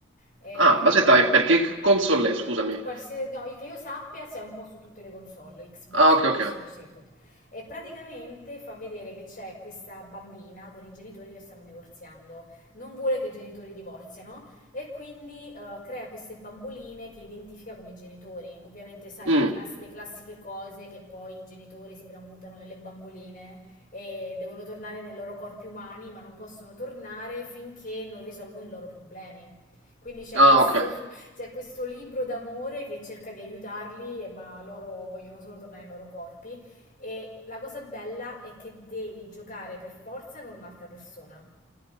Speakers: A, on the left; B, on the right.
A: Eh,
B: Ah, ma aspetta, e perché che console è? Scusami.
A: Qualsiasi, no, che io sappia c'è un po' su tutte le console, Xbox,
B: Ah, ok,
A: PlayStation,
B: ok.
A: tutte. E praticamente fa vedere che c'è questa bambina con i genitori che stanno divorziando. Non vuole che i genitori divorziano e quindi eh, crea queste bamboline che identifica come genitori. Ovviamente, sai,
B: Mm,
A: class- le classiche cose che poi i genitori si tramutano nelle bamboline e devono tornare nei loro corpi umani, ma non possono tornare finché non risolvono i loro problemi. Quindi c'è
B: ah,
A: questo,
B: ok,
A: <laughs> c'è questo libro d'amore che cerca di aiutarli, eh, ma loro vogliono solo tornare nei loro corpi. E la cosa bella è che devi giocare per forza con un'altra persona